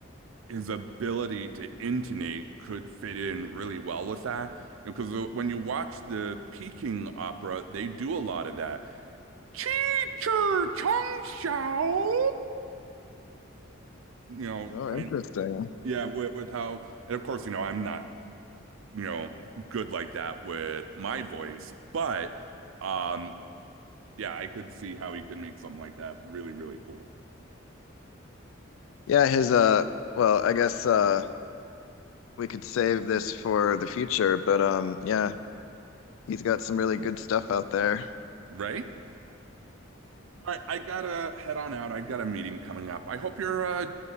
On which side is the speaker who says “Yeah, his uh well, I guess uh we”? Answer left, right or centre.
Left